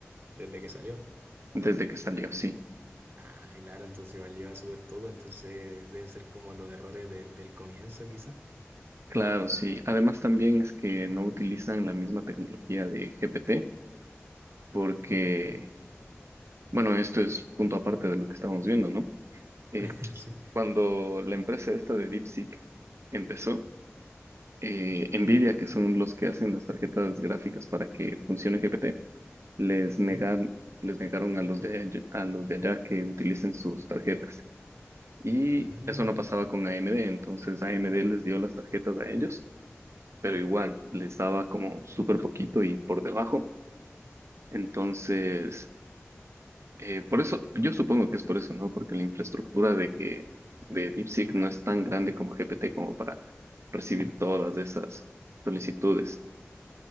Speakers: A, on the right; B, on the right.
A: desde que salió.
B: desde que salió, sí.
A: Ah, claro, entonces igual lleva súper poco, entonces deben ser como los errores del, del comienzo, quizás.
B: Claro, sí. Además también es que no utilizan la misma tecnología de GPT porque, bueno, esto es punto aparte de lo que estábamos viendo, ¿no? Eh,
A: <laughs> Sí.
B: cuando la empresa esta de DeepSeek empezó, eh, Nvidia, que son los que hacen las tarjetas gráficas para que funcione GPT, les negan,
A: Mm,
B: les negaron a los de, all- a los de allá que utilicen sus tarjetas. Y
A: mm.
B: eso no pasaba con AMD, entonces AMD les dio las tarjetas a ellos pero igual les daba como súper poquito y por debajo. Entonces, eh, por eso, yo supongo que es por eso, ¿no? Porque la infraestructura de que de DeepSeek no es tan grande como GPT como para recibir todas de esas solicitudes.